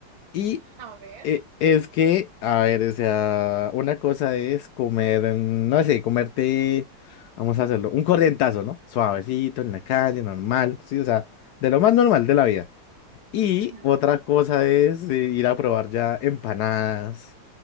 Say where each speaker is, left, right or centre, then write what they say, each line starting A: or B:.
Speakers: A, on the left; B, on the right.
A: Y
B: A ver.
A: eh, es que, a ver, o sea, una cosa es comer, mm, no sé, comerte, vamos a hacerlo, un corrientazo, ¿no? Suavecito, en la calle, normal, sí, o sea, de lo más normal de la vida. Y
B: ujú,
A: otra cosa es eh, ir a probar ya empanadas